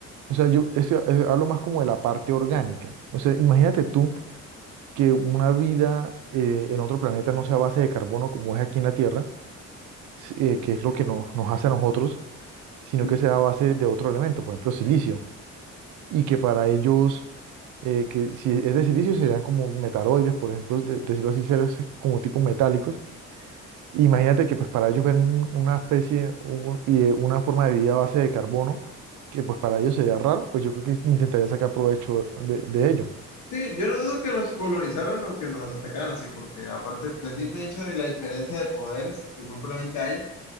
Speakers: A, on the right; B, on the left.
A: O sea, yo este, eh, hablo más como de la parte orgánica. O sea, imagínate tú que una vida eh, en otro planeta no sea a base de carbono como es aquí en la Tierra, s- eh, que es lo que nos, nos hace a nosotros, sino
B: sí,
A: que
B: sí.
A: sea a base de otro elemento, por ejemplo, silicio. y que para ellos, eh, que si es de silicio, serían como metaloides, por ejemplo, de- decirlo así, seres como tipo metálicos. Imagínate que pues para ellos ver un- una especie un- y eh, una forma de vida a base de carbono, que pues para ellos sería raro, pues yo creo que intentarían sacar provecho de, de ello.
B: Sí, yo no dudo que nos colonizaron o que nos atacaran así, porque aparte, pues el simple hecho de la diferencia de poderes que muy probablemente haya,